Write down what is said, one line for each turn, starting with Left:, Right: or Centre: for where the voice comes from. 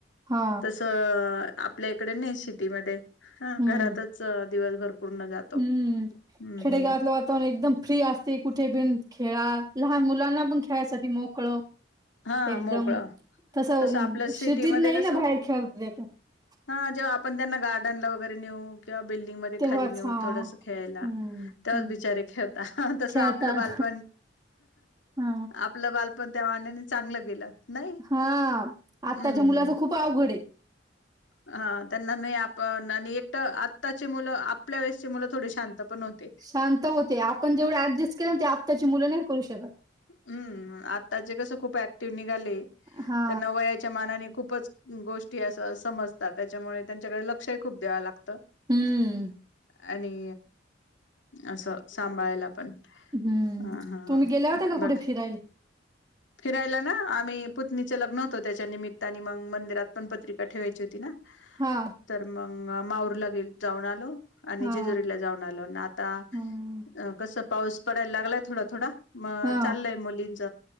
Right: हा
Left: तस. आपल्या इकडे नही सिटीमध्ये हा
Right: हम्म
Left: घरातच दिवसभर पूर्ण जातो
Right: हम्म
Left: हम्म
Right: खेडेगावातलं
Left: हम्म
Right: वातावरण एकदम फ्री असते कुठे बिन खेळा लहान मुलांना पण खेळासाठी मोकळ.
Left: हा
Right: एकदम
Left: मोकळा
Right: तस
Left: तसं आपल्या सिटीमध्ये
Right: शीटीत नाही ना
Left: कसं
Right: बाहेर खेळ <unintelligible>
Left: हा जेव्हा आपण त्यांना गार्डनला वगैरे नेऊ. जेव्हा बिल्डिंग मध्ये
Right: तेव्हाच
Left: खाली नेऊ
Right: हा
Left: थोड खेळायला
Right: हम्म
Left: तेव्हाच
Right: हम्म
Left: बिचारे खेळता तस
Right: खेळतात
Left: आपलं बालप
Right: हा
Left: आपलं बालपण त्या मानानी चांगलं. गेलं नाही
Right: हा आताच्या
Left: हम्म
Right: मुलाच
Left: हम्म
Right: खूप अवघड ए.
Left: हा त्यांना नाही आपण आणि एकट आत्ताची मुलं आपल्या वेळेस चे मुलं थोडी शांत पण होते
Right: शांत होते आपण जेवढं ऍडजस्ट केलं ते आत्ताची मुलं नाही करू शकत.
Left: हम्म आताचे कस खूप ऍक्टिव निघाले.
Right: हा
Left: त्यांना वयाच्या मानाने खूपच! गोष्टी असं समजतात. त्याच्यामुळे त्यांच्याकडे लक्ष खूप द्याव लागत.
Right: हम्म
Left: आणि असं सांभाळायला पण.
Right: हम्म
Left: हा हा
Right: तुम्ही गेल्या होत्या का
Left: बघ
Right: कुठे फिरायले?
Left: फिरायला ना आम्ही पुत्नीचं लग्न होत त्याच्या निमित्ता नी मग आणि मंदिरात पण पत्रिका ठेवायची होती न.
Right: हा
Left: तर मग माहूर ला गेल जाऊन आलो. आणि
Right: हा
Left: जेजुरीला जाऊन आलो ना आता
Right: हम्म
Left: अ कस पाऊस पडायला लागलाय थोडा थोडा! मग
Right: हा
Left: चाललय मुलींच